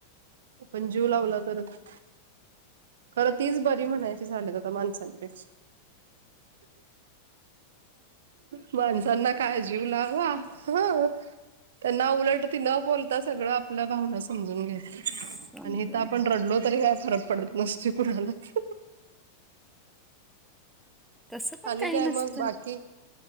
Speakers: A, on the right; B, in the centre.
A: आपण जीव लावला तरच. खरं तीच बरी म्हणायची झाल्यात आता माणसांपेक्षा. माणसांना काय जीव लावा हं त्यांना उलट ती न बोल ता सगळं आपल्या भावना समजून घेत्यात
B: समजून
A: आणि इथं आपण
B: घेत
A: रडलो तरी काय फरक- पडत नसतोय कुणालाच.
B: तसं पण
A: आणि
B: काही
A: काय
B: नसतंय.
A: मग बाकी